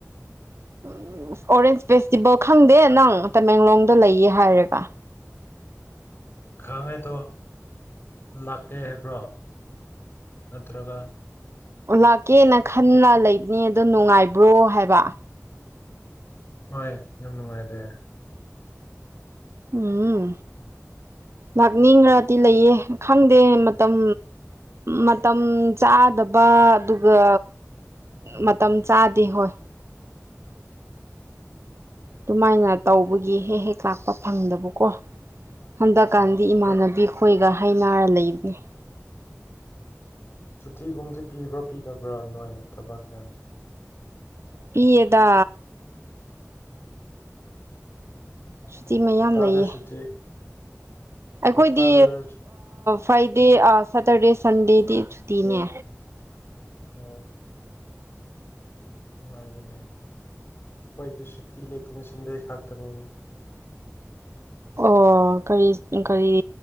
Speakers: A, on the right; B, on the left.
A: ꯎꯝ ꯑꯣꯔꯦꯟꯁ ꯐꯦꯁꯇꯤꯚꯦꯜ ꯈꯪꯗꯦ ꯅꯪ ꯇꯃꯦꯡꯂꯣꯡꯗ ꯂꯩꯌꯦ ꯍꯥꯏꯔꯒ
B: ꯈꯪꯉꯦꯗꯣ ꯂꯥꯛꯀꯦ ꯍꯥꯏꯕ꯭ꯔꯣ ꯅꯠꯇ꯭ꯔꯒ
A: ꯂꯥꯛꯀꯦꯅ ꯈꯟꯅ ꯂꯩꯕꯅꯦ ꯑꯗꯣ ꯅꯨꯡꯉꯥꯏꯕ꯭ꯔꯣ ꯍꯥꯏꯕ
B: ꯍꯣꯏ ꯌꯥꯝ ꯅꯨꯡꯉꯥꯏꯔꯦ
A: ꯎꯝ ꯂꯥꯛꯅꯤꯡꯈ꯭ꯔꯗꯤ ꯂꯩꯌꯦ ꯈꯪꯗꯦ ꯃꯇꯝ ꯃꯇꯝ ꯆꯥꯗꯕ ꯑꯗꯨ ꯑꯗꯨꯒ ꯃꯇꯝ ꯆꯥꯗꯦ ꯍꯣꯏ ꯑꯗꯨꯃꯥꯏꯅ ꯇꯧꯕꯒꯤ ꯍꯦꯛ ꯍꯦꯛ ꯂꯥꯛꯄ ꯐꯪꯗꯕꯀꯣ ꯍꯟꯗꯛꯀꯥꯟꯗꯤ
B: ꯍꯣꯏ
A: ꯏꯃꯥꯟꯅꯕꯤ
B: ꯍꯣꯏ
A: ꯈꯣꯏꯒ ꯍꯥꯢꯅꯔ ꯂꯩꯕꯅꯤ
B: ꯁꯨꯇꯤꯒꯨꯝꯗꯤ ꯄꯤꯕ꯭ꯔꯥ ꯄꯤꯗꯕ꯭ꯔꯥ ꯅꯣꯏ ꯊꯕꯛꯁꯦ
A: ꯄꯤꯌꯦꯗ ꯁꯨꯇꯤ ꯃꯌꯥꯝ
B: ꯍꯞꯇꯥꯗ
A: ꯂꯩꯌꯦ
B: ꯁꯨꯇꯤ
A: ꯑꯩꯈꯣꯏꯗꯤ
B: ꯍꯞꯇꯥꯗ ꯑꯣ
A: ꯐ꯭ꯔꯥꯏꯗꯦ ꯁꯦꯇꯔꯗꯦ ꯁꯟꯗꯦꯗꯤ ꯁꯨꯇꯤꯅꯦ
B: ꯑꯣ ꯅꯨꯡꯉꯥꯏꯕꯅꯦ ꯈꯣꯢꯗꯤ ꯁꯨꯇꯤ ꯂꯩꯦꯇꯦꯅꯦ ꯁꯟꯗꯦ ꯈꯥꯛꯇꯥꯅꯤꯅꯦ
A: ꯑꯣ ꯀꯔꯤ ꯀꯔꯤ